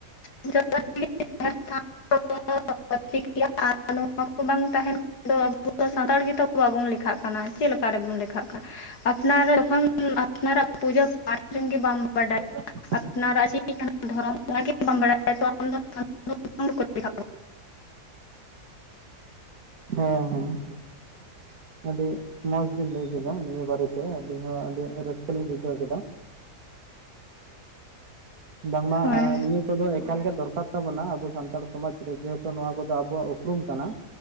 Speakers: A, on the left; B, on the right.
A: <unintelligible> <unintelligible> ᱴᱷᱤᱠ ᱜᱮᱭᱟ ᱟᱨ ᱱᱚᱣᱟᱠᱚ ᱵᱟᱝ ᱛᱟᱦᱮᱱ ᱟᱵᱚ ᱫᱚ ᱥᱟᱱᱛᱟᱲ ᱜᱮᱛᱚ ᱵᱟᱵᱚᱱ ᱞᱮᱠᱷᱟᱜ ᱠᱟᱱᱟ ᱪᱮᱫ ᱞᱮᱠᱟ ᱨᱮᱵᱚᱱ ᱞᱮᱠᱷᱟᱜ ᱠᱟᱱᱟ <unintelligible> ᱟᱯᱱᱟᱨ ᱡᱚᱠᱷᱚᱱ ᱟᱯᱱᱟᱨ ᱯᱩᱡᱟᱹ ᱯᱟᱴ ᱜᱮ ᱵᱟᱢ ᱵᱟᱰᱟᱭ
B: ᱦ <inaudible>
A: ᱟᱯᱱᱟᱨᱟᱜ <inaudible> ᱠᱟᱱᱟ ᱫᱷᱚᱨᱚᱢ ᱚᱱᱟ ᱜᱮ ᱵᱟᱢ ᱵᱟᱲᱟᱭᱟ ᱛᱚ ᱟᱢ ᱫᱚ <inaudible>
B: ᱦᱮᱸ ᱦᱮᱸ <inaudible> ᱟᱹᱰᱤ ᱢᱚᱸᱡᱽ ᱵᱤᱱ ᱞᱟᱹᱭ ᱠᱮᱫᱟ ᱱᱤᱭᱟᱹ ᱵᱟᱨᱮ ᱛᱮ ᱟᱹᱞᱤᱧ ᱦᱚᱸ ᱟᱹᱰᱤ ᱨᱟᱹᱥᱠᱟᱹ ᱞᱤᱧ ᱵᱩᱡᱷᱟᱹᱣ ᱠᱮᱫᱟ ᱵᱟᱝᱢᱟ
A: ᱦᱳᱭ
B: ᱱᱤᱭᱟᱹ ᱠᱚᱫᱚ ᱮᱠᱟᱞᱜᱮ ᱫᱚᱨᱠᱟᱨ ᱛᱟᱵᱚᱱᱟ ᱟᱵᱚ ᱥᱟᱱᱛᱟᱲ ᱥᱚᱢᱟᱡᱽ ᱨᱮ ᱡᱮᱦᱮᱛᱩ ᱱᱚᱣᱟ ᱠᱚᱫᱚ ᱟᱵᱚᱣᱟᱜ ᱩᱯᱨᱩᱢ ᱠᱟᱱᱟ